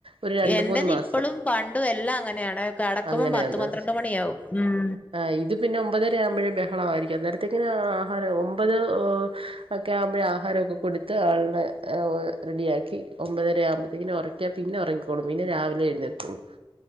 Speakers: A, on the right; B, on the left.
A: ഒരു രണ്ട്
B: എന്റത്
A: മൂന്ന് മാസം
B: ഇപ്പളും പണ്ടും എല്ലാം അങ്ങനെയാണ് കടക്കുമ്പം
A: അങ്ങനെയാന്ന്
B: പത്ത് പന്ത്രണ്ട്
A: അത്
B: മണിയാവും ഉം
A: ആഹ് ഇത് പിന്നെ ഒമ്പതര ആവുമ്പോഴേ ബഹളമായിയിരിക്കും അനേരത്തെേക്കന ആഹാരം ഒമ്പത് ഓ ഒക്കെ ആവുമ്പോഴേ ആഹാരമൊക്കെ കൊടുത്ത് ആളിനെ റെഡിയ ആക്കി ഒമ്പതര ആവുമ്പ ത്തിക്കിന് ഉറക്കിയ പിന്നെ ഉറങ്ങിക്കോളും പിന്നെ രാവിലെയെഴുന്നേക്കുളൂ